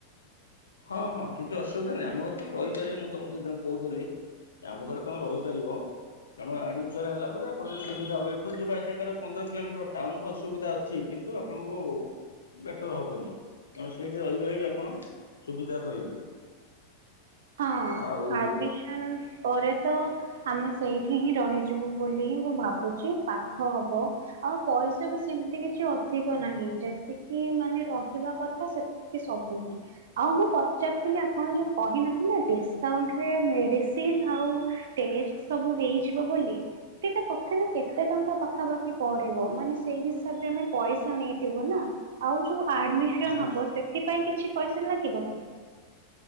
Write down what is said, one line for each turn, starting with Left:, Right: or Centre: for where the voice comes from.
Left: ହଁ ହଁ କିଛି ଅସୁବିଧା ନାହିଁ। ଆମ ଘରେ ତ ରହିପାରିବ, ମୁଁ ତମକୁ ସେଦିନ କହୁଥିଲି ଆମ ଘରେ ତମେ ରହିପାରିବ। ତେଣୁ ଆଡମିସନ ହେଲା ପରେ ଆପଣ ଯ ସୁବିଧ ହବ ଏଠୁ ଯିବା ଆସିବା କରିବ। ପନ୍ଦର କିଲୋମିଟର ଟାଉନ ବସ ସୁବିଧା ଅଛି। କିନ୍ତୁ ଆପଣଙ୍କୁ ବେଟର ହବନି, ତେଣୁ ସେଇଠି ରହିଗଲେ ବି ଆପଣ ସୁବିଧାରେ ରହିବେ।
Right: ହଁ
Left: ଆଉ
Right: ଆଡମିସନ ପରେ ତ ଆମେ ସେଇଠି ହିଁ ରହି ଯିବୁ ବୋଲି ମୁଁ ଭାବୁଛି ପାଖ ହବ। ଆଉ ପଇସା ବି ସେମିତି କିଛି ଅଧିକ ନାହିଁ। ଯେତିକି ମାନେ ରହିବା କଥା ସବୁ ହିଁ ଆଉ ମୁଁ ପଚାରିଥିଲି ଆପଣ ଯୋଉ କହିନ ଡିସକାଉଟରେ ମେଡିସିନ ଆଉ ଟେଷ୍ଟ୍ ସବୁ ହେଇଯିବ ବୋଲି। ସେଇଟା ତଥାପି କେତେ ଟଙ୍କା ପାଖାପାଖି ପଡ଼ିବ? ମାନେ ସେଇ ହିସାବରେ ଆମେ ପଇସା ନେଇଥିବୁ ନା। ଆଉ ଯୋଉ ଆଡମିସନ
Left: ନାଇଁ
Right: ହବ ସେଥିପାଇଁ କିଛି ପଇସା ଲାଗିବ କି?